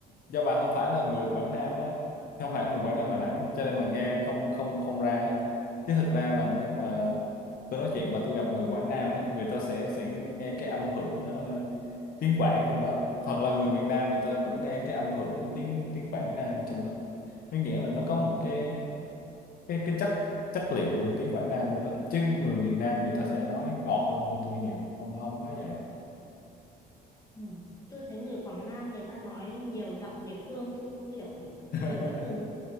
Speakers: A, on the left; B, on the left.
A: do bà không phải là người Quảng Nam á không phải người Quảng Nam Đà Nẵng cho nên là nghe không không không ra á. chứ thực ra là nếu mà tôi nói chuyện mà tôi gặp người Quảng Nam á người ta sẽ sẽ nghe cái âm hưởng ờ, tiếng Quảng trong đó hoặc là người miền Nam người ta cũng nghe cái âm hưởng tiếng tiếng Quảng Nam trong đó có nghĩa là nó có một cái cái cái chất chất liệu tiếng Quảng Nam cho nó chứ người miền Nam người ta sẽ nói ngọt hơn tôi nhiều không không nói vậy đâu
B: Ừm, tôi thấy người Quảng Nam người ta nói nhiều giọng địa phương tôi không hiểu được,
A: <laughs>
B: nhiều cái từ ngữ